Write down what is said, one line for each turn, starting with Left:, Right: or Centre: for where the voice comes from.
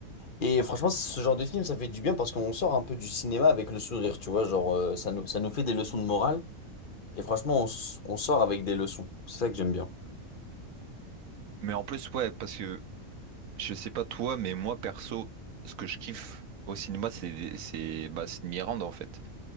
Left: Et franchement, ce genre de film, ça fait du bien parce qu'on sort un peu du cinéma avec le sourire, tu vois. Genre, euh, ça nous, ça nous fait des leçons de morale. Et franchement, on, s- on sort avec des leçons. C'est ça que j'aime bien.
Right: Mais en plus, ouais, parce que je sais pas toi, mais moi perso, ce que je kiffe au cinéma, c'est c'est bah, c'est de m'y rendre en fait.